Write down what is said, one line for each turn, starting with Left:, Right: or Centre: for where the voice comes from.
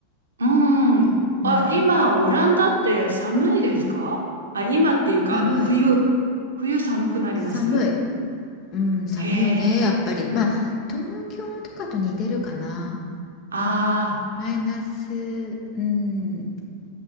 Right: うん。
Left: うん。
Right: あ、今、オランダって寒いですかあ、今っていうか、
Left: 寒い。
Right: あの、冬、冬寒くなります
Left: 寒い。うん、寒いね、
Right: へえ。
Left: やっぱり。まあ、東京とかと似てるかな。
Right: ああ、
Left: マイナス、うん。